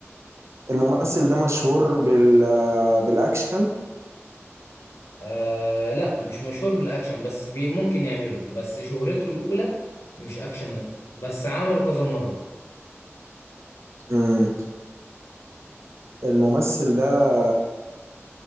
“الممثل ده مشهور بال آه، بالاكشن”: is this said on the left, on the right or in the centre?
Right